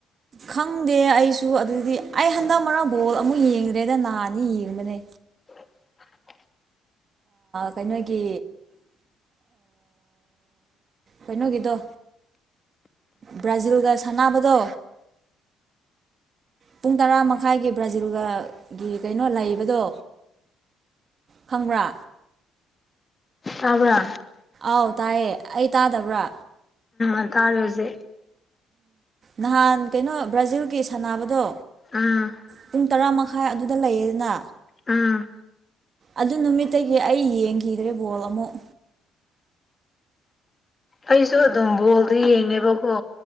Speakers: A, on the right; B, on the left.
A: ꯈꯪꯗꯦ ꯑꯩꯁꯨ ꯑꯗꯨꯗꯤ ꯑꯩ ꯍꯟꯗꯛ ꯃꯔꯒ ꯕꯣꯜ ꯑꯃꯨꯛ ꯌꯦꯡꯗ꯭ꯔꯦꯗ ꯅꯥꯅꯤ ꯌꯦꯡꯕꯅꯦ
B: ꯎ
A: ꯀꯩꯅꯣꯒꯤ ꯀꯩꯅꯣꯒꯤꯗꯣ ꯕ꯭ꯔꯥꯖꯤꯜꯒ ꯁꯥꯟꯅꯕꯗꯣ ꯄꯨꯡ ꯇꯔꯥ ꯃꯈꯥꯏꯒꯤ ꯕ꯭ꯔꯥꯖꯤꯜꯒꯒꯤ ꯀꯩꯅꯣ ꯂꯩꯕꯗꯣ ꯈꯪꯕ꯭ꯔꯥ
B: ꯇ꯭ꯔ
A: ꯑꯥꯎ ꯇꯥꯏꯌꯦ ꯑꯩ ꯇꯥꯗꯕ꯭ꯔꯥ
B: ꯎ ꯀꯥꯔꯣꯁꯦ
A: ꯅꯍꯥꯟ ꯀꯩꯅꯣ ꯕ꯭ꯔꯥꯖꯤꯜꯒꯤ ꯁꯥꯟꯅꯕꯗꯣ
B: ꯎꯝ
A: ꯄꯨꯡ ꯇꯔꯥꯃ ꯇꯥꯏ ꯑꯗꯨꯗ ꯂꯩꯌꯦꯗꯅ
B: ꯑꯝ
A: ꯑꯗꯨ ꯅꯨꯃꯤꯠꯇꯒꯤ ꯑꯩ ꯌꯦꯡꯈꯤꯗ꯭ꯔꯦ ꯕꯣꯜ ꯑꯃꯨꯛ
B: ꯑꯩꯁꯨ ꯑꯗꯨꯝ ꯕꯣꯜꯗꯤ ꯌꯦꯡꯉꯦꯕꯀꯣ